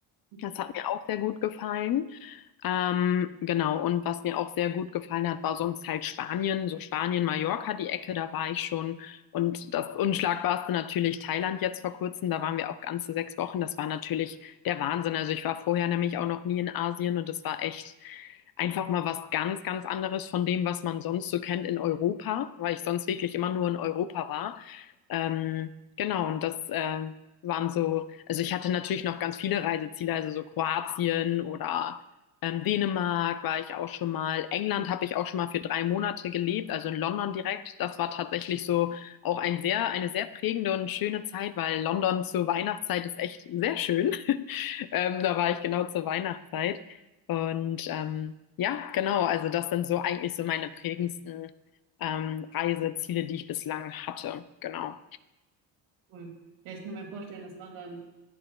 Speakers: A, on the right; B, on the left.
A: Mhm,
B: Das hat mir auch sehr gut gefallen. Ähm, genau, und was mir auch sehr gut gefallen hat, war sonst halt Spanien, so Spanien, Mallorca, die Ecke, da war ich schon. Und das Unschlagbarste natürlich Thailand jetzt vor kurzem, da waren wir auch ganze sechs Wochen. Das war natürlich der Wahnsinn. Also ich war vorher nämlich auch noch nie in Asien und das war echt einfach mal was ganz, ganz anderes von dem, was man sonst so kennt in Europa, weil ich sonst wirklich immer nur in Europa war. Ähm, genau, und das äh, waren so, also ich hatte natürlich noch ganz viele Reiseziele, also so Kroatien oder ähm, Dänemark war ich auch schon mal. England habe ich auch schon mal für drei Monate gelebt, also in London direkt. Das war tatsächlich so auch ein sehr, eine sehr prägende und schöne Zeit, weil London zur Weihnachtszeit ist echt sehr schön. <laughs> Ähm, da war ich genau zur Weihnachtszeit. Und ähm, ja, genau, also das sind so eigentlich so meine prägendsten ähm, Reiseziele, die ich bislang hatte. Genau.
A: Cool. Ja, ich kann mir vorstellen, dass London